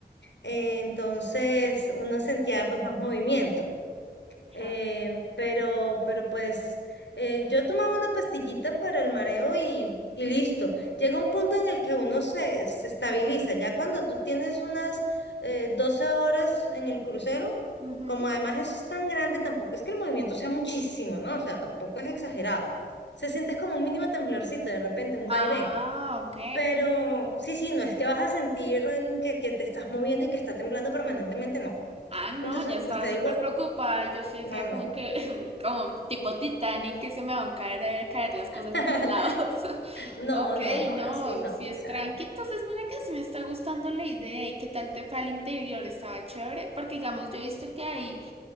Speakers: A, on the left (about 85°); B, on the right (about 35°).
A: eh, entonces uno sentía pues más movimiento. Eh,
B: claro.
A: pero, pero pues eh, yo tomaba una pastillita para el mareo y, y listo. Llega un punto en el que uno se, se estabiliza. Ya cuando tú tienes unas eh, 12 horas en el crucero,
B: Ujú.
A: como además eso es tan grande, tampoco es que el movimiento sea muchísimo, ¿no? O sea, tampoco es exagerado. Se sientes como un mínimo temblorcito de repente, un
B: Ah,
A: vaivén.
B: ok,
A: Pero sí, sí, no es que vas a sentir eh, que, que te estás moviendo y que está temblando permanentemente, no.
B: Ah, no,
A: Entonces,
B: ya estaba
A: pues te
B: súper
A: digo,
B: preocupada. Yo sí decía
A: no,
B: como
A: no.
B: que, <laughs> como tipo Titanic, que se me van a caer, eh, caer las cosas
A: <laughs>
B: por los lados. <laughs>
A: No,
B: Ok,
A: no, no,
B: no,
A: así no.
B: si
A: O
B: es
A: sea,
B: tranqui. Entonces, mira que sí me está gustando la idea. ¿Y qué tal te fue al interior? Estaba chévere. Porque, digamos, yo he visto que hay.